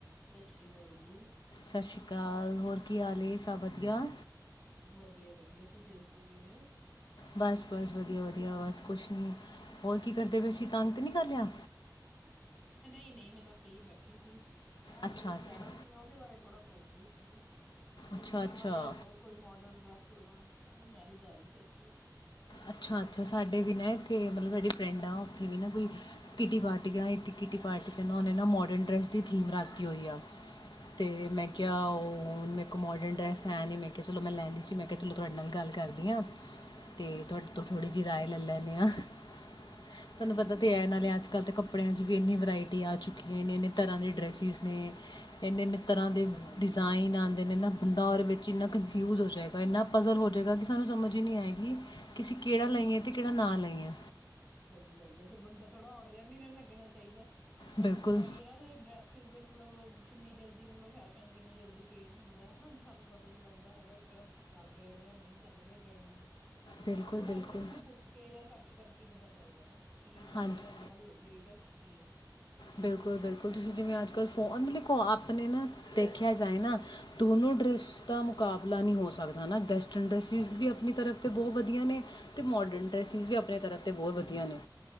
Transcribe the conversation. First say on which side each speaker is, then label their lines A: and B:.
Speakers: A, on the left; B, on the left.
A: ਸਤਿ ਸ੍ਰੀ ਅਕਾਲ ਜੀ
B: ਸਤਿ ਸ੍ਰੀ ਅਕਾਲ ਹੋਰ ਕੀ ਹਾਲ ਸਭ ਵਧੀਆ
A: ਵਧੀਆ ਵਧੀਆ ਤੁਸੀਂ ਦੱਸੋ ਕਿਵੇਂ ਹੋ
B: ਬਸ ਬਸ ਵਧੀਆ ਵਧੀਆ ਔਰ ਕੁਛ ਨੀ ਹੋਰ ਕੀ ਕਰਦੇ ਪੈ
A: ਹੋ
B: ਅਸੀਂ ਤੰਗ ਨਹੀਂ ਕਰ ਲਿਆ
A: ਨਹੀਂ ਨਹੀਂ ਮੈਂ ਤਾਂ ਫ੍ਰਰੀ ਬੈਠੀ ਸੀ। ਐ
B: ਅੱਛਾ
A: ਸੂਟ
B: ਅੱਛਾ
A: ਲੈਣਾ ਸੀ। ਮੈਂ ਉਹਦੇ ਬਾਰੇ ਥੋੜਾ ਸੋਚ ਰਹੀ ਸੀਗੀ ਸੂਟ
B: ਅੱਛਾ ਅੱਛਾ
A: ਲਵਾਂ ਜਾਂ ਹੋਰ ਕੋਈ ਮੋਡਰਨ ਡਰੈਸ ਲਵਾਂ ਸਾਡੇ ਮੈਰਿਜ ਆ ਰਹੀ ਸੀ। ਐਕਚੁਲੀ
B: ਅੱਛਾ, ਅੱਛਾ ਸਾਡੇ ਵੀ ਨਾ ਇੱਥੇ ਮਤਲਬ ਸਾਡੇ ਫਰੈਂਡ ਆ ਉੱਥੇ ਵੀ ਨਾ ਕੋਈ ਕਿਟੀ ਪਾਰਟੀਆਂ ਇੱ ਕਿੱਟੀ ਪਾਰਟੀ ਕਰ ਨਾ ਉਹਨੇ ਨਾ ਮੋਡਰਨ ਡਰੈਸ ਦੀ ਥੀਮ ਰੱਖਦੀ ਹੋਈ ਆ ਤੇ
A: ਓਕੇ
B: ਮੈਂ ਕਿਹਾ ਉਹ ਮੇ ਕੋ ਮੋਡਰਨ ਡਰੈਸ ਹੈ ਨੀ ਮੈਂ ਕਿਹਾ ਚਲੋ ਮੈਂ ਲੈਂਦੀ ਸੀ ਮੈਂ ਕਿਹਾ ਚਲੋ ਤੁਹਾਡੇ ਨਾਲ ਵੀ ਗੱਲ ਕਰਦੀ ਹਾਂ ਅਤੇ ਤੁਹਾਡੇ ਤੋਂ ਥੋੜ੍ਹੀ ਜਿਹੀ ਰਾਏ ਲੈ ਲੈਂਦੇ ਹਾਂ। ਤੁਹਾਨੂੰ
A: ਅੱਛਾ ਜੀ
B: ਪਤਾ ਤੇ ਐ ਨਾਲਿ ਅ ਅੱਜ ਕੱਲ੍ਹ ਤਾਂ ਕੱਪੜਿਆਂ 'ਚ ਵੀ ਇੰਨੀ ਵਰਾਇਟੀ ਆ ਚੁੱਕੀ ਹੈ ਇੰਨੇ ਇੰਨੇ ਤਰ੍ਹਾਂ ਦੇ ਡਰੈਸਿਸ ਨੇ ਇੰਨੇ ਇੰਨੇ ਤਰ੍ਹਾਂ
A: ਬਹੁਤ
B: ਦੇ
A: ਦੀ
B: ਡਿਜ਼ਾਇਨ
A: ਹੈ
B: ਆਉਂਦੇ ਨੇ ਨਾ ਬੰਦਾ ਉਹਦੇ ਵਿੱਚ ਇੰਨਾ ਕਨਫਿਊਜ਼ ਹੋ ਜਾਵੇਗਾ ਇੰਨਾ ਪਜ਼ਲ ਹੋ ਜਾਵੇਗਾ ਕਿ ਸਾਨੂੰ ਸਮਝ ਹੀ ਨਹੀਂ ਆਏਗੀ ਕਿ ਅਸੀਂ ਕਿਹੜਾ
A: ਹਮ
B: ਲਈਏ ਤੇ ਕਿਹੜਾ ਨਾ ਲਈਏ
A: ਸਹੀ ਗੱਲ ਆ ਫੇਰ ਬੰਦਾ ਥੋੜ੍ਹਾ ਔਡ ਜਿਹਾ ਵੀ ਨ ਨਹੀਂ ਇਹਨਾ ਲੱਗਣਾ ਚਾਹੀਦਾ ਹੁਣ ਤੁਹਾਨੂੰ
B: ਬਿਲਕੁਲ
A: ਪਤਾ ਵੀ ਇਹਨਾਂ ਦੇ ਡਰੈਸਿਸ ਮਤਲਬ ਕਿੰਨੀ ਜਲਦੀ ਮਤਲਬ ਫੈਸ਼ਨ ਕਿੰਨੀ ਜਲਦੀ ਚੇਂਜ ਹੁੰਦਾ ਹਨਾ ਹੁਣ ਸਾਨੂੰ ਪਤਾ ਨੀ ਲੱਗਦਾ ਹੈਗਾ ਕਿਹੜਾ ਚੱਲ ਰਿਹਾ ਕਿਹੜਾ ਨਹੀਂ ਚੱਲ ਰਿਹਾ ਟਰੈਂਡ ਵਿੱਚ
B: ਬਿਲਕੁਲ
A: ਉਹ ਤਾਂ ਥੋੜਾ
B: ਬਿਲਕੁਲ
A: ਇਧਰੋਂ ਉੱਧਰ ਪੁੱਛ ਕੇ ਜਾਂ ਸਰਚ ਕਰਕੇ ਬੰਦਾ ਚੱਲਦਾ ਨਾ ਕੀ ਚੱਲ
B: ਹਾਂਜੀ
A: ਰਿਹਾ, ਅੱਜ ਕੱਲ ਲੇਟੈਸਟ ਕੀਏ
B: ਬਿਲਕੁਲ, ਬਿਲਕੁਲ ਤੁਸੀਂ ਜਿਵੇਂ ਅੱਜ ਕੱਲ੍ਹ ਫੋ ਲਖੋ ਆਪਣੇ ਨਾ ਦੇਖਿਆ ਜਾਏ ਨਾ ਦੋਨੋਂ ਡਰੈਸ ਦਾ ਮੁਕਾਬਲਾ ਨਹੀਂ ਹੋ ਸਕਦਾ ਹੈ ਨਾ ਵੈਸਟਰਨ ਡਰੈਸਿਸ ਵੀ ਆਪਣੀ ਤਰਫ 'ਤੇ ਬਹੁਤ ਵਧੀਆ ਨੇ ਅਤੇ ਮੋਡਰਨ ਡਰੈਸਿਸ ਵੀ ਆਪਣੇ ਤਰਫ 'ਤੇ ਬਹੁਤ ਵਧੀਆ ਨੇ